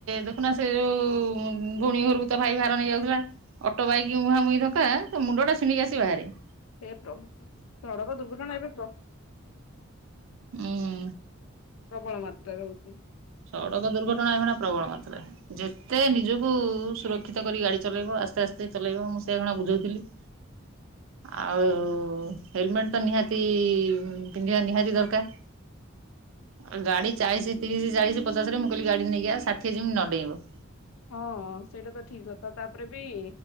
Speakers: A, on the right; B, on the left.
A: ଦେଖୁନା ସେ ଯୋଉ ଭୋଉଣୀ ଘୋରକୁ ତା ଭାଇ ଭାର ନେଇ ଯାଉଥିଲା ଅଟୋ ବାଇକି ମୁହାଁମୁହିଁ ଧକା ତା ମୁଣ୍ଡ ଟା ଛିଣ୍ଡିକି ଆସି ବାହାରେ।
B: ହେ ପ୍ରଭୁ ସଡ଼କ ଦୁର୍ଘଟଣା ଏବେ ପ୍ର
A: ହୁଁ
B: ପ୍ରବଳ ମାତ୍ରାରେ ହଉଚି।
A: ସଡ଼କ ଦୁର୍ଘଟଣା ଏଇଖିଣା ପ୍ରବଳ ମାତ୍ରରେ। ଯେତେ ନିଜକୁ ସୁରକ୍ଷିତ କରି ଗାଡି ଚଲେଇବ ଆସ୍ତେ ଆସ୍ତେ ଚଲେଇବ ମୁଁ ସେଖିଣା ଏବେ ବୁଝଉଥିଲି।
B: ହ <unintelligible>
A: ଆଉ ହେଲମେଟ୍ ତ ନିହାତି ପିନ୍ଧିବା ନିହାତି ଦରକାର।
B: ହୁଁ <unintelligible>
A: ଆଉ ଗାଡି ଚାଳିଶି ତିରିଶି ଚାଳିଶି ପଚାଶରେ ମୁଁ କହିଲି ଗାଡି ନେଇକି ଆ ଷାଠିଏ ଯେମିତ ନଡେଇବ।
B: ହଁ ସେଇଟା ତ ଠିକ କଥା ତାପରେ ବି